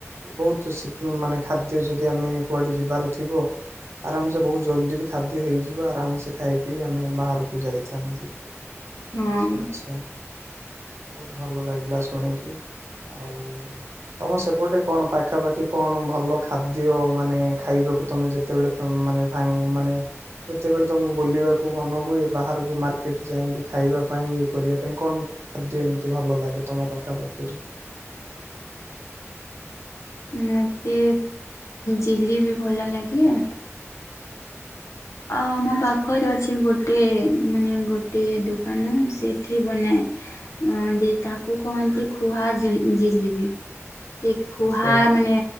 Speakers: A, on the right; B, on the left.
A: ବହୁତ ମାନେ ଖାଦ୍ୟ ଯଦି ଆମେ କୁଆଡେ ଯିବାରୁ ଥିବ ଆରାମସେ ବହୁତ ଜଲ୍ଦି ବି ଖାଦ୍ୟ ହେଇଯିବ ଆରାମସେ ଖାଇ ପିଇ ଆମେ ବାହାରକୁ ଯାଇଥାନ୍ତି
B: ହଁ
A: ଆଛା ଆଚଛା ବହୁତ ଭଲ ଲାଗିଲା ଶୁଣିିକ ଆଉ ତମ ସେପଟେ କଣ ପାଖାପାଖି କଣ ଭଲ ଖାଦ୍ୟ ମାନେ ଖାଇବା ତମେ ଯେତେବେଳୋନେ ମାନେ ଯେତେବେଳେ ତମକୁ ବୁଲିବାକୁ ମନ ହୁଏ ବାହାରକୁ ମାର୍କେଟ ଯାଇକି ଖାଇବା ପାଇଁ ଇଏ କରିବା ପାଇଁ କଣ ଖାଦ୍ୟ ଏମିତି ଭଲ ଲାଗେ ତମ ପାଖାପାଖିରେ
B: ମତେ ଜଝିଲି ବି ଭଲ ଲାଗେ ଅ ମୋ
A: ଆଚ୍ଛା
B: ପାଖରେ ଅଛି ଗୋଟେ ମାନେ ଗୋେ ଗୋଟେ ଦୋକାନ ସେଠି ବନାଏ ତାକୁ କହନ୍ତି ଖୁହା ସେ ଖୁହା
A: ଆଚ୍ଛା
B: ମାନେ